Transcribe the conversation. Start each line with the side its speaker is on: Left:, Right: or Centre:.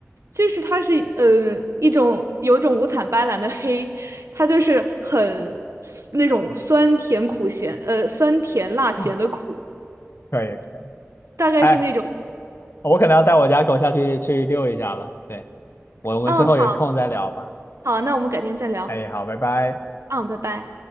Right: 就是它是呃一种有一种五彩斑斓的黑，它就是很那种酸甜苦咸，呃酸甜辣咸的苦，
Left: 嗯，可以可以。
Right: 大概是那种。
Left: 哎，我可能要带我家狗下去去遛一下了。对，我们之后有空再聊吧。
Right: 嗯好。好，那我们改天再聊。
Left: 哎，好，拜拜。
Right: 嗯，拜拜。